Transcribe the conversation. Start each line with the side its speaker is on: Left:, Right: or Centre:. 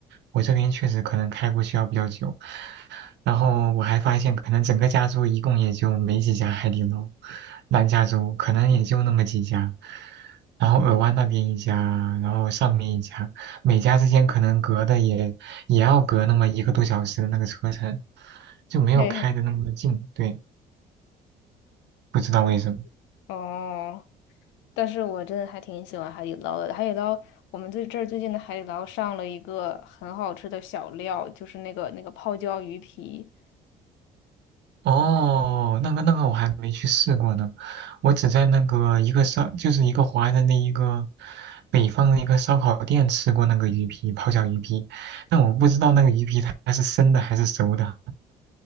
Right: 我这边确实可能开过去要比较久，然后我还发现，可能整个加州一共也就没几家海底捞，南加州可能也就那么几家，然后尔湾那边一家，然后上面一家，每家之间可能隔的也也要隔那么一个多小时的那个车程，就没有开的那么近。
Left: 嘿，
Right: 对，不知道为什么。
Left: <laughs> 哦，但是我真的还挺喜欢海底捞的。海底捞，我们最这儿最近的海底捞上了一个很好吃的小料，就是那个那个泡椒鱼皮。
Right: 哦，那个那个我还没去试过呢，我只在那个一个烧，就是一个华人的那一个北方的一个烧烤店吃过那个鱼皮泡椒鱼皮，但我不知道那个鱼皮它是生的还是熟的。